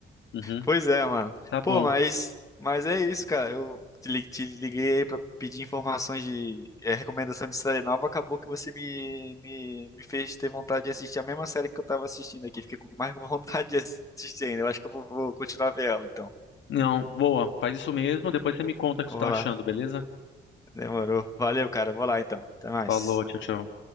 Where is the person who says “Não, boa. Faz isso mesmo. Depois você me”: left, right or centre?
Left